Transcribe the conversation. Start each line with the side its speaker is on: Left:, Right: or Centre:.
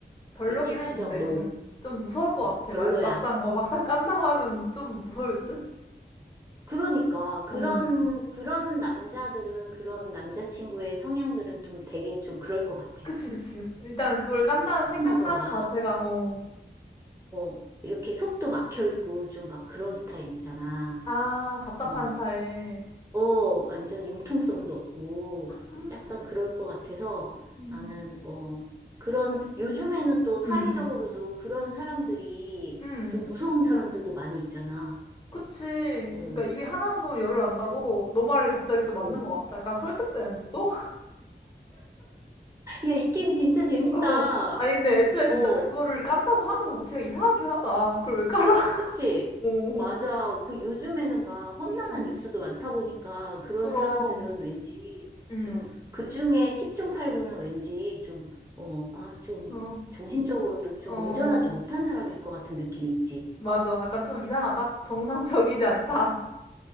Left: 별로긴
Right: 위치
Left: 해,
Right: 추적
Left: 근데.
Right: 노.
Left: 음. 좀 무서울 것
Right: 어,
Left: 같아.
Right: 별로야.
Left: 만 막상, 어, 막상 깐다고 하면 좀 무서울 듯?
Right: 그러니까 그런
Left: 어.
Right: 그런 남자들은 그런 남자친구의 성향들은 좀 되게 좀 그럴 것 같아.
Left: 그치, 그치. 일단 그걸 깐다는 생각하는
Right: 하고 막
Left: 것 자체가, 어.
Right: 어, 이렇게 속도 막혀 있고 좀 막 그런 스타일 있잖아.
Left: 아, 답답한
Right: 어,
Left: 스타일.
Right: 어, 완전 융통성도 없고
Left: 음,
Right: 약간 그럴 것 같아서
Left: 음.
Right: 나는 어 그런 요즘에는 또 사회적으로도
Left: 음, 음.
Right: 그런 사람들이
Left: 음.
Right: 좀 무서운 사람들도 많이 있잖아.
Left: 그치.
Right: 어,
Left: 그러니까 이게 하나만 보면 열을 안다고 너 말이 갑자기 또 맞는
Right: 어.
Left: 것 같아. 약간 설득되는데 또? <laughs>
Right: 야, 이 게임 진짜 재밌다.
Left: 어. 아니 근데 애초에 진짜
Right: 어.
Left: 그거를 깐다고 하는 것 자체가 이상하긴 하다. 그걸 왜 깔아?
Right: 그치?
Left: <laughs> 오,
Right: 맞아. 그 요즘에는 막 험난한
Left: 음,
Right: 뉴스도 많다 보니까 그런
Left: 그럼,
Right: 사람들은 왠지
Left: 음,
Right: 좀 그중에 10중 8구는 왠지 좀, 어, 아, 좀
Left: 어,
Right: 정신적으로도 좀
Left: 어,
Right: 온전하지 못한 사람일 것 같은 느낌 있지.
Left: 맞아. 약간 좀 이상하다. 정상적이지 않다.